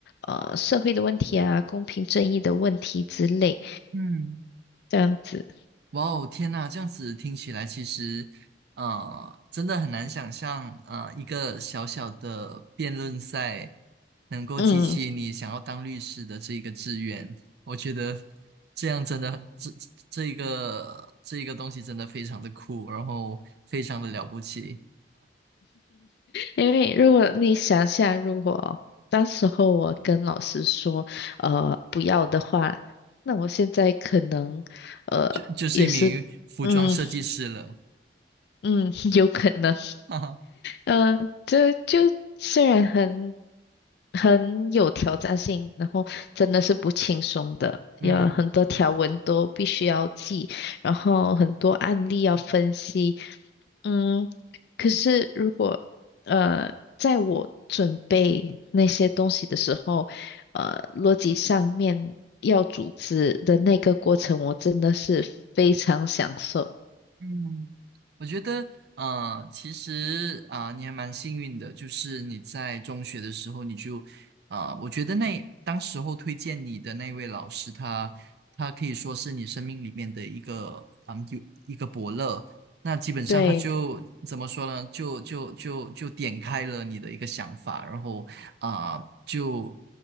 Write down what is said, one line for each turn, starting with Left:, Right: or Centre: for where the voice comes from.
Left: 呃社会的问题啊、公平正义的问题之类，
Right: 嗯。
Left: 这样子。
Right: 哇哦，天呐，这样子听起来其实，呃，真的很难想象，呃，一个小小的辩论赛能够激起你想要当律师的这一个志愿。
Left: 嗯，
Right: 我觉得这样真的，这这这一个这一个东西真的非常的酷，然后非常的了不起，
Left: 因为如果你想想，如果当时候我跟老师说呃不要的话，那我现在可能呃也是
Right: 就就是一名服装设计师了，
Left: 嗯嗯 <laughs> 有可能。
Right: <laughs> 哈哈，
Left: 嗯、呃，这就虽然很很有挑战性，然后真的是不轻松的，
Right: 嗯。
Left: 要很多条文都必须要记，然后很多案例要分析。嗯，可是如果呃，在我准备那些东西的时候，呃，逻辑上面要组织的那个过程，我真的是非常享受。
Right: 嗯，我觉得，呃，其实啊、呃你还蛮幸运的，就是你在中学的时候，你就，啊、我觉得那当时候推荐你的那位老师他，他可以说是你生命里面的一个，嗯，有一个伯乐。那基本上他就怎么说呢？
Left: 对，
Right: 就就就就点开了你的一个想法，然后啊、就